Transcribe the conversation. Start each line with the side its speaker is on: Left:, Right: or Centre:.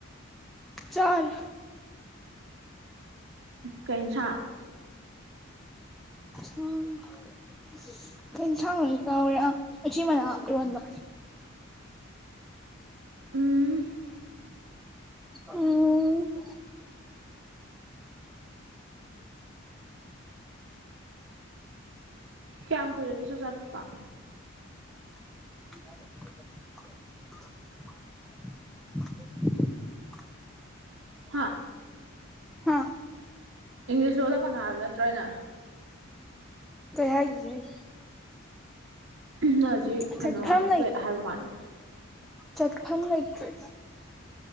Centre: ꯆꯔꯦ
Right: ꯀꯩ ꯏꯟꯁꯥꯡ
Centre: <inaudible> ꯀꯩ ꯏꯟꯁꯥꯡꯅꯣꯅꯦ ꯀꯥꯎꯔꯦ ꯑꯥ ꯎꯆꯤꯃꯅꯥ ꯏꯔꯣꯟꯕ
Right: ꯎꯝ
Centre: ꯎꯝ <inaudible>
Right: ꯀꯌꯥꯝ ꯀꯨꯏꯔꯒꯦ ꯆꯥꯛꯆꯥꯥꯇꯣꯛꯄ
Centre: <inaudible>
Right: ꯍꯥ
Centre: ꯍꯥ
Right: ꯏꯪꯂꯤꯁ ꯂꯣꯟꯂꯛꯀꯅꯣ ꯍꯥꯏꯕ ꯅꯠꯇ꯭ꯔꯣ ꯑꯩꯅꯥ
Centre: ꯀꯩ ꯍꯥꯏꯒꯤꯒꯦ ꯑꯩ
Right: ꯅꯪ ꯍꯧꯖꯤꯛ ꯀꯩꯅꯣ
Centre: ꯆꯠꯐꯝ
Right: ꯋꯦꯠ ꯍꯥꯏꯕ ꯃꯥꯜꯂꯤ
Centre: ꯆꯠ ꯐꯝ ꯂꯩꯠꯔꯦ